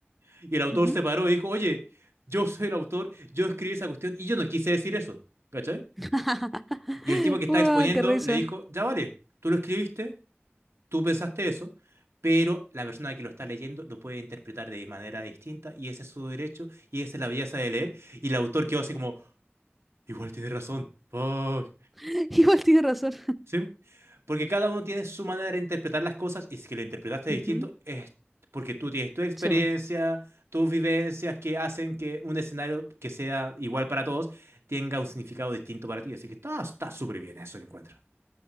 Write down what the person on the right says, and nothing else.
Y el autor
se paró y dijo, oye, yo soy el autor, yo escribí esa cuestión y yo no quise decir eso. ¿Cachai?
Y el tipo que estaba
exponiendo
le dijo, ya vale, tú lo escribiste, tú pensaste eso, pero la persona que lo está leyendo lo puede interpretar de manera distinta y ese es su derecho y esa es la belleza de leer y el autor quedó así como, igual tiene razón, fuck,
¿sí? Porque cada uno tiene su manera de interpretar las cosas y si lo interpretaste distinto
es porque tú tienes tu experiencia,
tus vivencias que hacen que un escenario que sea igual para todos tenga un significado distinto para ti. Así que está está súper bien eso, yo encuentro.